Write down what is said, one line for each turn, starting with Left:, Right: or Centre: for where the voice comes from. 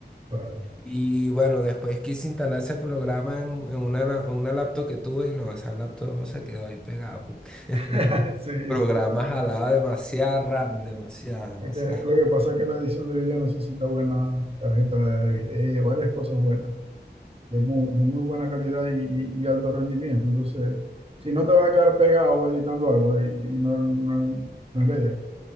Right: claro.
Centre: Y bueno, después quise instalar ese programa en, en una, la- en una laptop que tuve y no, esa laptop no se quedó ahí pegada porque <laughs> el
Right: <laughs> Sí,
Centre: programa
Right: sí.
Centre: jalaba demasiada RAM,
Right: sí.
Centre: demasiada, demasiada.
Right: Es que lo que pasa es que la edición de video necesita buena tarjeta de video, varias cosas buenas, de muy, de muy buena calidad y, y- y alto rendimiento. Entonces, si no te vas a quedar pegado editando algo, y, y no, no, no es la idea.